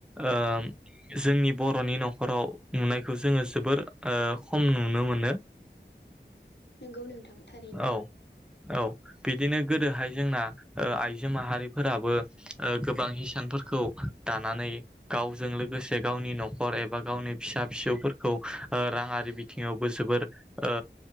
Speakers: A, in the centre; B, on the left (about 65°).
A: ओ जोंनि बर'नि न'खराव नुनायखौ जोङो जोबोर ओ खम नुनो मोनो।
B: नोंगौ नोंथां थारैनो।
A: औ औ बिदिनो गोदोहाय जोंना ओ आइजो माहारिफोराबो ओ गोबां हिसानफोरखौ दानानै गावजों लोगोसे गावनि न'खर एबा गावनि फिसा फिसौफोरखौ ओ राङारि बिथिङावबो जोबोर ओ